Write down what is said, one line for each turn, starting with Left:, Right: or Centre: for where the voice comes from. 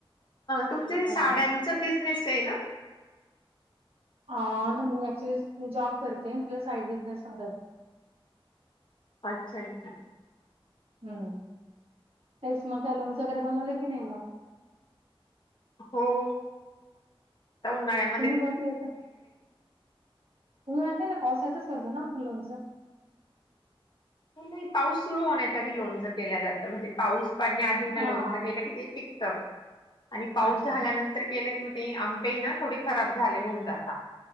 Left: तुमचे
Right: ते पण
Left: साड्यांचा
Right: आहे
Left: बिझनेस आहे ना
Right: अ मी ऍक्च्युली मी जॉब करते प्लस साइड बिझनेस पण करते
Left: अच्छा अच्छा
Right: हम्म काच मग लोन्स वगैरे बनवलं की नाही मग
Left: हो, उन्हाळ्यात
Right: तुम्ही बस येत र आता ना पावसाातच करतो ना आपण लोनचं
Left: नाही पाऊस सुरू होण्याच्या आधी लोनच केल्या जातं म्हणजे पाऊस पडण्याआधी ना
Right: हा
Left: लोनचं केलं की तेिक आणि पाऊस
Right: अच्छा.
Left: झाल्यानंतर केलं की म ते आंबे ना थोडे खराब झाले होऊन जाता